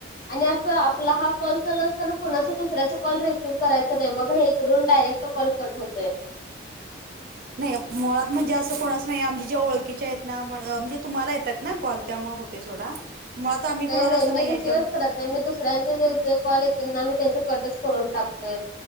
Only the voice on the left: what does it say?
आणि असं आपला हा कॉल चालू असताना कोणाचा दुसऱ्याचा कॉल, रिसीव्ह करायचा नाही मग हे तीकडूंन डायरेक्ट कॉल कंट होतोय.
नाही
नाही
मी
रिसीव्हच
करत नाही मी दुसऱ्यांचे जे जे कॉल येतील नांमी त्यांनच कटचं करूंन टाकतोय